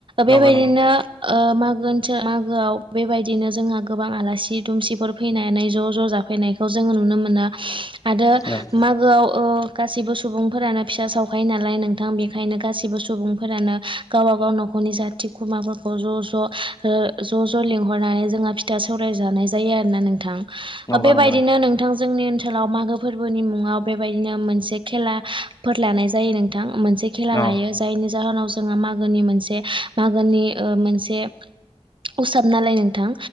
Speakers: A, on the right; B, on the left.
A: बेबायदिनो
B: नंगौ नंगौ नोंथां
A: ओ मागोन मागोआव बेबायदिनो जोंहा गोबां आलासि दुमसिफोर फैनानै ज' ज' जाफैनायखौ जोङो नुनो मोनो। आरो
B: औ
A: मागोआव अ गासिबो सुबुंफोरानो फिसा सावखायो नालाय नोंथां बेखायनो गासिबो सुबुंफोरानो गाव गावबा गाव न'खरनि जाथि खुरुमाफोरखौ ज' ज' ज' ज' लिंहरनानै जोंहा फिथा सौराय जानो नाय जायो आरोना नोंथां
B: नंगौ
A: बेबायदिनो
B: नंगौ
A: नोंथां जोंनि ओनसोलाव मागो फोरबोनि मुङाव बे बेबायदिनो मोनसे खेलाफोर लानाय जायो नोंथां मोनसे खेला
B: औ
A: लायो जायनि जाहोनाव जोंहा मागोनि मोनसे मागोनि मोनसे उसाब नालाय नोंथां